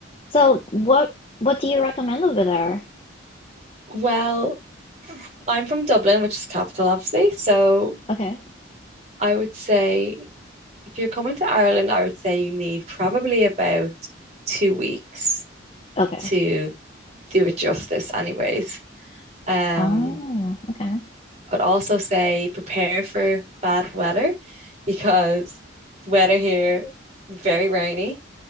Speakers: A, on the left; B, on the right.
A: So what what do you recommend over there?
B: Well, I'm from Dublin, which is capital, obviously. So
A: Okay.
B: I would say if you're coming to Ireland, I would say you need probably about two weeks
A: Okay.
B: to do it justice, anyways. Um,
A: Oh. Okay.
B: I'd also say prepare for bad weather because the weather here is very rainy.